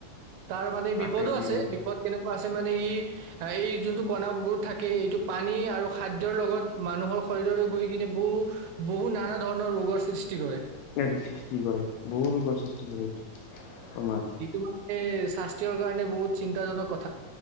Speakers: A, on the right; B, on the left.
A: তাৰ মানে
B: তাকেইতো
A: বিপদো আছে বিপদ কেনেকুৱা আছে মানে ই এই যোনটো কণবোৰ থাকে এইটো পানী আৰু খাদ্যৰ লগত মানুহৰ শৰীৰলৈ গৈ কিনে বহু - বহু নানা ধৰণৰ ৰোগৰ সৃষ্টি কৰে।
B: স সৃষ্টি কৰে বহু ৰপৰ সৃষ্টি কৰে এইটো। তোমাৰ
A: সেইটো মানে স্বাস্থ্যয়ৰ কাৰণে বহুত চিন্তাজনক কথা।